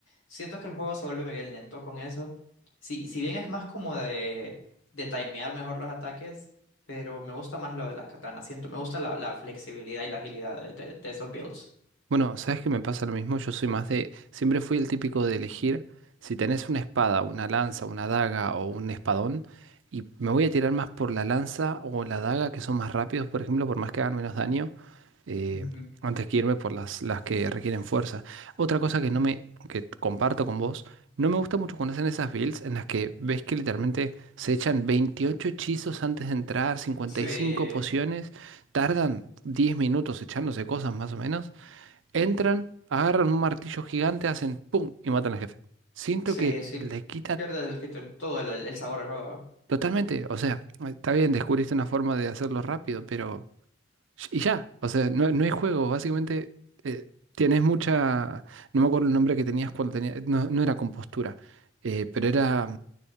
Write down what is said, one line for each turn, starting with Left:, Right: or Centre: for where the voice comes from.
Left: Siento que el juego se vuelve bien lento con eso. Si, si bien es más como de, de timear mejor los ataques, pero me gusta más lo de las katanas. Siento, me gusta la, la flexibilidad y la agilidad de, de, de esos builds.
Right: Bueno, ¿sabes que me pasa lo mismo? Yo soy más de... Siempre fui el típico de elegir si tenés una espada, una lanza, una daga o un espadón. Y me voy a tirar más por la lanza o la daga, que son más rápidos, por ejemplo, por más que hagan menos daño, eh,
Left: Ujú.
Right: antes que irme por las, las que requieren fuerza. Otra cosa que no me... que comparto con vos, no me gusta mucho cuando hacen esas builds en las que ves que literalmente se echan 28 hechizos antes de entrar, cincuenta
Left: Sí.
Right: y cinco pociones, tardan 10 minutos echándose cosas más o menos. Entran, agarran un martillo gigante, hacen ¡pum! y matan al jefe. Siento
Left: Sí,
Right: que
Left: sí,
Right: le quita
Left: pierdes el, quito- todo el, el sabor al juego, ¿verdad?
Right: totalmente. O sea, está bien, descubriste una forma de hacerlo rápido, pero... Y ya, o sea, no, no hay juego. Básicamente, eh, tienes mucha... No me acuerdo el nombre que tenías cuando tenías... No, no era compostura, eh, pero era...